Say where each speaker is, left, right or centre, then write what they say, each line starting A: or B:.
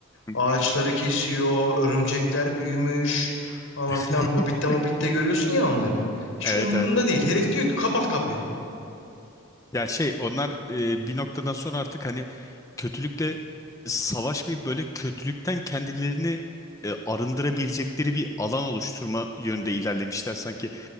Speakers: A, on the left; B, on the left.
A: Hı
B: ağaçları
A: hı.
B: kesiyor, örümcekler büyümüş falan
A: <laughs>
B: filan. Hobbit'te Mobbit'te görüyorsun ya onları. Hiç
A: Evet
B: umurunda
A: evet. evet.
B: değil. Herif diyor ki kapat kapıyı.
A: Ya şey onlar e, bir noktadan sonra artık hani kötülükle savaşmayıp böyle kötülükten kendilerini e, arındırabilecekleri bir alan oluşturma yönde ilerlemişler sanki.